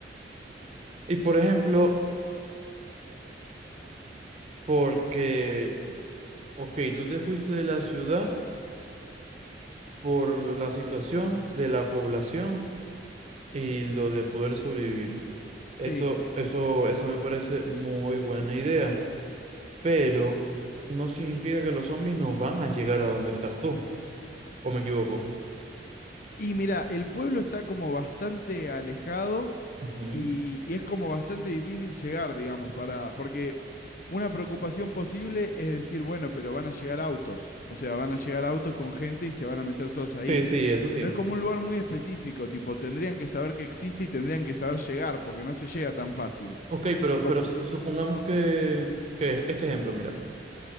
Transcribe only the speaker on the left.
Sí.
Y mira, el pueblo está como bastante alejado.
y, y es como bastante difícil llegar, digamos, para, porque una preocupación posible es decir, bueno, pero van a llegar autos, o sea, van a llegar autos con gente y se van a meter todos ahí.
Pero es como un lugar muy específico, tipo, tendrían que saber que existe y tendrían que saber llegar, porque no se llega tan fácil.
Como-